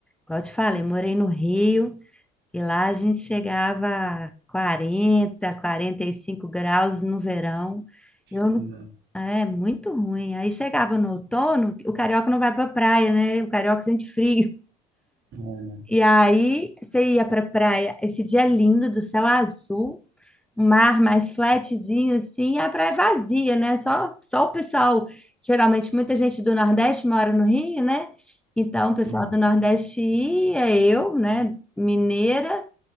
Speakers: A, in the centre; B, on the right (about 60°).
A: como eu te falei, morei no Rio e lá a gente chegava a 40, 45 graus no verão. Eu,
B: Coisa
A: não- é muito ruim. Aí chegava no outono, o carioca não vai pra praia, né? O carioca sente frio.
B: boa, né?
A: E aí você ia pra praia, esse dia lindo do céu azul. um mar mais flatzinho, assim, e a praia é vazia, né? Só, só o pessoal, geralmente muita gente do Nordeste mora no Rio, né? Então,
B: sim.
A: o pessoal do Nordeste ia, eu, né, mineira,